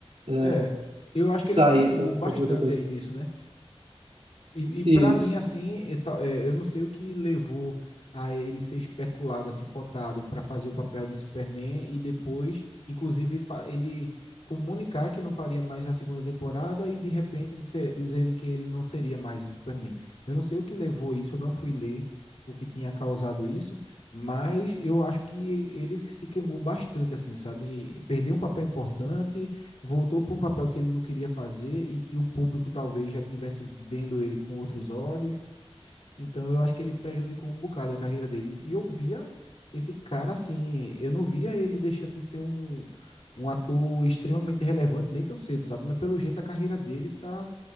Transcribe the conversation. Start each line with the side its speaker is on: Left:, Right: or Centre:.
Right: né?
Left: É, eu acho que
Right: Sair
Left: ele se queimou
Right: só por
Left: bastante
Right: conta de outra coisa.
Left: aí nisso, né? E, e para
Right: Isso.
Left: mim, assim, é tal- é, eu não sei o que levou a ele ser especulado, assim, cotado para fazer o papel de Superman e depois, inclusive, fa- ele comunicar que não faria mais a segunda temporada e de repente dizer- dizerem que ele não seria mais o Superman. Eu não sei o que levou isso, eu não fui ler o que tinha causado isso, mas eu acho que ele se queimou bastante, assim, sabe? E Perdeu um papel importante voltou para um papel que ele não queria fazer e que o público talvez já estivesse vendo ele com outros olhos. Então eu acho que ele prejudicou um bocado a carreira dele. E eu via esse cara assim, eu não via ele deixando de ser um, um ator extremamente relevante nem tão cedo, sabe? Mas pelo jeito a carreira dele tá